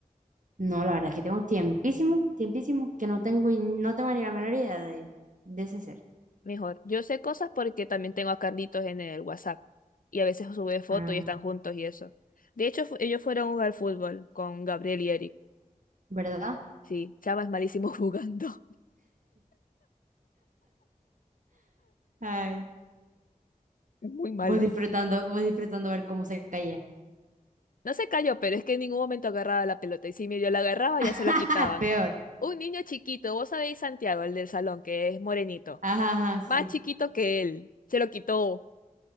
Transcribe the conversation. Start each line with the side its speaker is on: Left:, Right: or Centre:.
Right: No, la verdad es que tengo tiempísimo, tiempísimo, que no tengo y no tengo ni la menor idea de, de ese ser.
Left: Mejor. Yo sé cosas porque también tengo a Carlitos en el WhatsApp. Y a veces sube fotos
Right: Ah,
Left: y están juntos y eso. De hecho, fu- ellos fueron a jugar fútbol con Gabriel y Eric.
Right: ¿verdad?
Left: Sí, Chava es malísimo <laughs> jugando.
Right: Ay,
Left: Es muy malo.
Right: Vos disfrutando, vos disfrutando ver cómo se caía.
Left: No se cayó, pero es que en ningún momento agarraba la pelota. Y si medio la agarraba,
Right: <laughs>
Left: ya se la quitaban.
Right: Peor.
Left: Un niño chiquito, vos sabéis Santiago, el del salón, que es morenito.
Right: Ajá, ajá, sí.
Left: Más chiquito que él. Se lo quitó.